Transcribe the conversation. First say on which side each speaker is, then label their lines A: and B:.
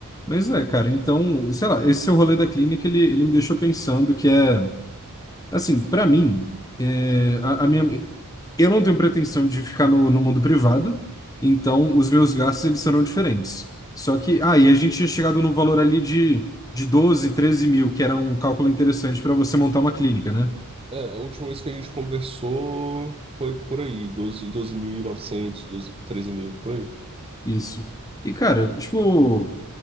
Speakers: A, on the left; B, on the right.
A: Mas é, cara, então, sei lá, esse seu rolê da clínica, ele, ele me deixou pensando que é. Assim, para mim, é, a, a minha, eu não tenho pretensão de ficar no, no mundo privado, então os meus gastos eles serão diferentes. Só que, ah, e a gente tinha chegado num valor ali de, de 12 13 mil, que era um cálculo interessante para você montar uma clínica, né?
B: É, a última vez que a gente conversou foi por aí, 12, novecentos doze treze mil, por aí.
A: Isso. E, cara, tipo,